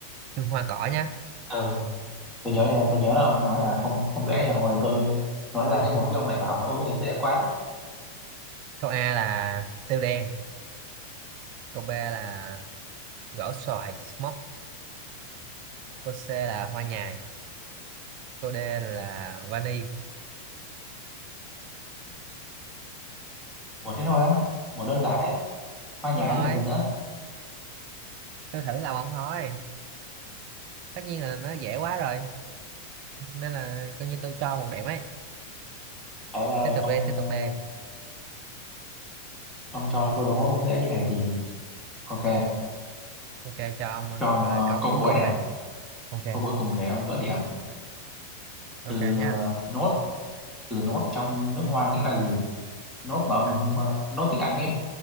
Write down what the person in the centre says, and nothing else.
Ờ, tôi nhớ nha tôi nhớ là ông nói là không không dễ nha hồi tôi nói ra
cái một cái ông lại bảo là ôi cái này dễ quá
ủa thế thôi á ủa đơn giản đấy hoa nhài
chứ còn gì nữa
Thế là
ông
ờ,
ông cho câu đố dễ như này thì ok
cho ông
ờ,
câu
cuối
nè
câu cuối cùng để ông gỡ điểm
từ
ờ, nốt từ nốt trong nước hoa nghĩa là gì nốt mà ông
ờ, nốt tiếng Anh ấy